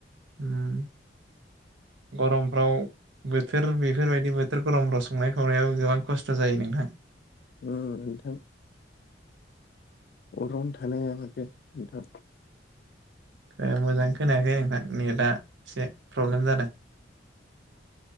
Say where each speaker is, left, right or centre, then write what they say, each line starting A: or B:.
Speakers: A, on the right; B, on the left.
A: ओम गरमफ्राव बोथोर बेफोरबायदि बोथोर गरमफोराव संनाय खावनायावबो गोबां खस्थ' जायो नोंथां
B: ओम नोंथां अरावनो थानो हाया माथो नोंथां
A: ए मोजां खोनायाखै नोंथां नेटआ एसे प्रब्लेम जादों